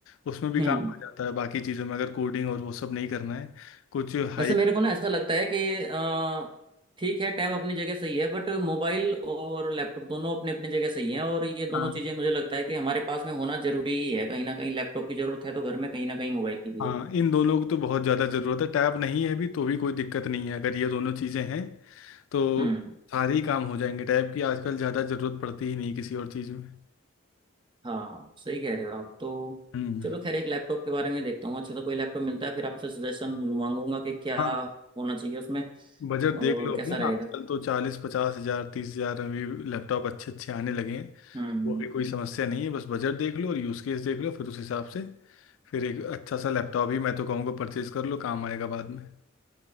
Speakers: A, on the left; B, on the right.
A: उसमें भी
B: हम्म।
A: काम आ जाता है बाकी चीज़ों में अगर कोडिंग और वो सब नहीं करना है कुछ हाई
B: वैसे मेरे को ना ऐसा लगता है कि अ, ठीक है टैब अपनी जगह सही है बट मोबाइल और लैपटॉप दोनों अपने अपनी जगह सही हैं और ये
A: हाँ
B: दोनों चीजें मुझे लगता है कि हमारे पास में होना जरूरी ही है कहीं ना कहीं लैपटॉप की जरूरत है तो घर में कहीं ना कहीं मोबाइल की भी
A: हाँ
B: है
A: इन दोनों की तो बहुत ज़्यादा ज़रूरत है टैब नहीं है भी तो भी कोई दिक्कत नहीं है अगर ये दोनों चीज़ें हैं तो
B: हम्म
A: सारे ही काम हो जाएंगे टैब की आजकल ज़्यादा ज़रूरत पड़ती ही नहीं किसी और चीज़ में
B: हाँ सही कह रहे हो आप तो
A: हम्म
B: चलो खैर एक लैपटॉप के बारे में ही देखता हूँ अच्छा तो कोई लैपटॉप मिलता है फिर आपसे सजेशन मांगूंगा कि क्या
A: हाँ
B: होना चाहिए उसमें
A: बजट
B: और
A: देख लो अपना
B: कैसा रहेगा
A: आजकल तो चालीस पचास हजार तीस हजार में भी लैपटॉप अच्छे अच्छे आने लगे हैं
B: हम्म
A: वो
B: हम्म।
A: भी कोई समस्या नहीं है बस बजट देख लो और यूज़ केस देख लो फिर उस हिसाब से फिर एक अच्छा सा लैपटॉप ही मैं तो कहूँगा परचेज कर लो काम आएगा बाद में